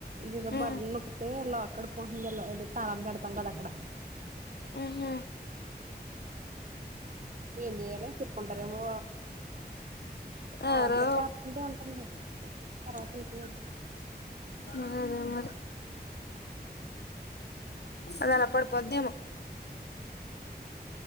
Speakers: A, on the right (about 50°); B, on the left (about 75°).
A: ఇదేదో
B: ఉమ్
A: బటన్ నొక్ అయితే లాక్కడి పోతుంది అల్ల అది తాళం పెడతాం కదా అక్కడ
B: ఊహూ
A: ఏం చేయాల తిట్టుకుంటారేమో తాళం
B: ఎవరో
A: పెట్టా అంతే ఉంటుంది తర్వాత ఉంట్లేదు
B: ఆ అదేమరి అదలా పడిపోద్దేమో